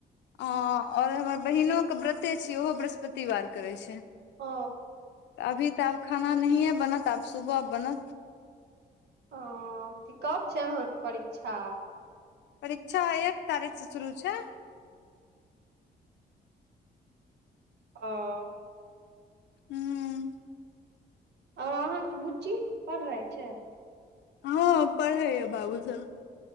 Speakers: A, on the left (about 80°); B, on the right (about 70°).
A: अ और हमर बहिनो के व्रते छिय ओहो बृहस्पतिवार करे छै
B: ओ
A: अभी तऽ आब खाना नहिय बनत आब सुबह बनत
B: ह कब छै आहाँ के परीक्षा
A: परीक्षा एक तारीख से सुरू छै
B: ओ-
A: हुँ -
B: आओर अहाँके बुच्ची पढ़ रहे छै
A: हँ पढ़ै य बाबू सब